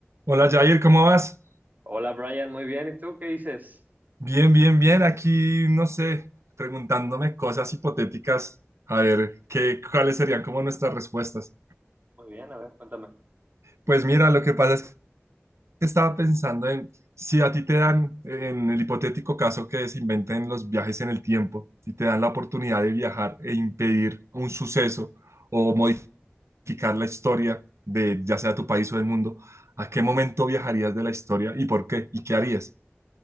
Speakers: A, on the right (about 80°); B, on the right (about 40°).
A: Hola Jair, ¿cómo vas?
B: Hola Brian, muy bien. ¿Y tú qué dices?
A: Bien, bien, bien. Aquí, no sé, preguntándome cosas hipotéticas, a ver qué, cuáles serían como nuestras respuestas.
B: Muy bien, a ver, cuéntame.
A: Pues mira, lo que pasa es que estaba pensando en si a ti te dan, en el hipotético caso que se inventen los viajes en el tiempo y te dan la oportunidad de viajar e impedir un suceso o modificar la historia de ya sea tu país o del mundo, ¿a qué momento viajarías de la historia y por qué? ¿Y qué harías?